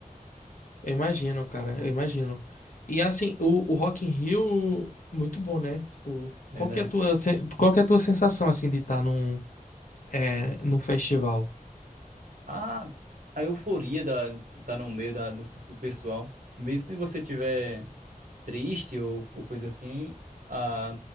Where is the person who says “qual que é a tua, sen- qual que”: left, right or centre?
Left